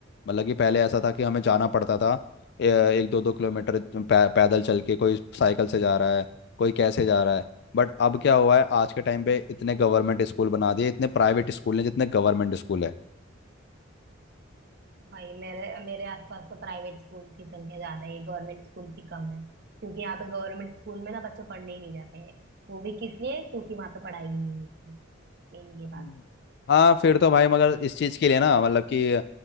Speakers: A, on the left; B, on the right.
A: मतलब कि पहले ऐसा था कि हमें जाना पड़ता था अ, एक दो दो किलोमीटर पै, पैदल चल के कोई साइकिल से जा रहा है कोई कैसे जा रहा है बट अब क्या हुआ है आज के टाइम पे इतने गवर्नमेंट स्कूल बना दिए इतने प्राइवेट स्कूल हैं जितने गवर्नमेंट स्कूल है
B: भाई मेरे मेरे आसपास तो प्राइवेट स्कूल की संख्या ज्यादा है गवर्नमेंट स्कूल से कम है क्योंकि यहाँ पे गवर्नमेंट स्कूल में ना बच्चे पढ़ने ही नहीं जाते हैं वो भी किस लिए क्योंकि वहाँ पे पढ़ाई ही नहीं होती है मेन ये
A: हम्म।
B: बात है
A: हाँ फिर तो भाई मगर इस चीज़ के लिए ना मतलब कि